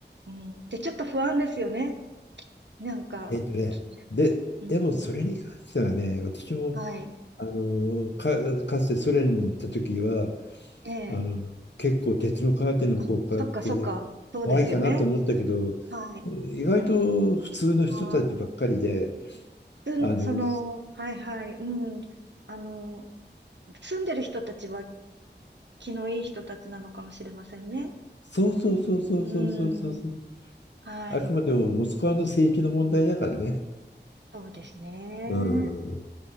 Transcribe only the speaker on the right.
うん。で、ちょっと不安ですよね。なんか、
き
うん。
はい。
ええ。
あ、そっかそっか。そうですよね。はい。
あーつん、
その、はいはい、うん。あの、住んでる人たちは気のいい人たちなのかもしれませんね。
うん。はい。
そうですね。